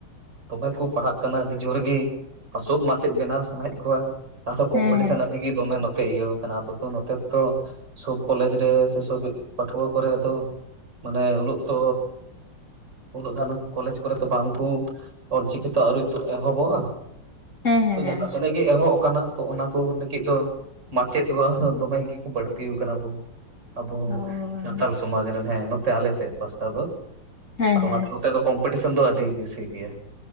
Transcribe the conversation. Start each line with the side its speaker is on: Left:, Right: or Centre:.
Right: ᱫᱚᱢᱮ ᱠᱚ ᱯᱟᱲᱦᱟᱜ ᱠᱟᱱᱟ ᱟᱹᱰᱤ ᱡᱳᱨ ᱜᱮ ᱟᱥᱳᱠ ᱢᱟᱪᱮᱫ ᱵᱮᱱᱟᱣ ᱥᱟᱱᱟᱭᱮᱫ ᱠᱚᱣᱟ ᱟᱫᱚ ᱠᱚᱢᱯᱤᱴᱤᱥᱚᱱ
Left: ᱦᱮᱸ
Right: ᱜᱮ ᱫᱚᱢᱮ ᱛᱮ ᱤᱭᱟᱹᱣ ᱠᱟᱱᱟ ᱟᱫᱚ ᱱᱚᱛᱮ ᱛᱚ ᱥᱚᱵ ᱠᱚᱞᱮᱡᱽ ᱨᱮ ᱥᱮ ᱥᱳᱵ ᱯᱟᱹᱴᱷᱩᱣᱟᱹ ᱠᱚᱨᱮ ᱫᱚ ᱢᱟᱱᱮ ᱩᱱᱟᱹᱜ ᱛᱚ, ᱩᱱᱟᱹᱜ ᱜᱟᱱ ᱠᱚᱞᱮᱡᱽ ᱠᱚᱨᱮ ᱛᱚ ᱵᱟᱝ ᱠᱩ ᱚᱞᱼᱪᱤᱠᱤ ᱛᱚ ᱟᱹᱣᱨᱤ ᱛᱳ ᱮᱦᱚᱵᱚᱜᱼᱟ,
Left: ᱦᱮᱸ ᱦᱮᱸ
Right: ᱛᱳ
Left: ᱦᱮᱸ
Right: ᱡᱟᱦᱟ ᱛᱤᱱᱟᱹᱜ ᱜᱮ ᱜᱮ ᱮᱦᱚᱵ ᱟᱠᱟᱱᱟ ᱛᱚ ᱚᱱᱟ ᱠᱚ ᱞᱟᱹᱜᱤᱫ ᱫᱚ ᱢᱟᱪᱮᱫ ᱠᱚ ᱫᱚᱢᱮ ᱜᱮᱠᱚ ᱵᱟᱹᱲᱛᱤ ᱟᱠᱟᱱᱟ ᱵᱚ ᱾ ᱟᱵᱚ
Left: ᱚ
Right: ᱥᱟᱱᱛᱷᱟᱞ ᱥᱚᱢᱟᱡᱽ ᱨᱮᱱ ᱦᱮᱸ ᱱᱚᱛᱮ ᱟᱞᱮ ᱥᱮᱫ ᱯᱟᱥᱴᱟ ᱫᱚ
Left: ᱦᱮᱸ
Right: ᱟᱫᱚ
Left: ᱦᱮᱸ
Right: ᱚᱱᱟᱛᱮ ᱱᱚᱛᱮ ᱫᱚ ᱠᱚᱢᱯᱤᱴᱤᱥᱮᱱ ᱫᱚ ᱟᱹᱰᱤ ᱵᱮᱥᱤ ᱜᱮᱭᱟ᱾